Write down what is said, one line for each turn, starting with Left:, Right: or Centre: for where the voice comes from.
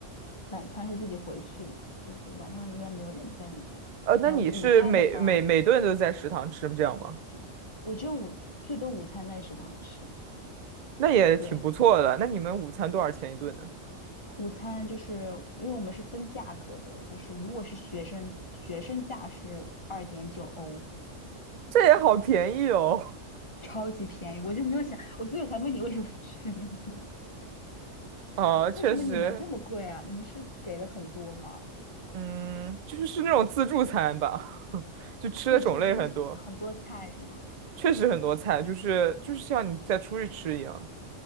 Left: 晚餐是自己回去的，就是晚上因为没有人在那边。
Right: 呃，那你是每每每顿都在食堂吃这样吗？
Left: 然后午餐的话，我只有午最多午餐在食堂吃，
Right: 那也挺不错的。
Left: 对。
Right: 那你们午餐多少钱一顿呢？
Left: 午餐就是因为我们是分价格的，就是如果是学生，学生价是二点九欧，
Right: 这也好便宜哦。
Left: 超级便宜。我就没有想，我所以我才问你为什么是人民币嘛，
Right: <laughs> 啊，
Left: <laughs> 为什么你们这么贵啊？
Right: 确实，
Left: 你们是给了很多吗？
Right: 嗯，就是是那种自助餐吧，<laughs> 就吃的种类很多，
Left: 自助就是很多菜是吗？
Right: 确实很多菜，就是就是像你在出去吃一样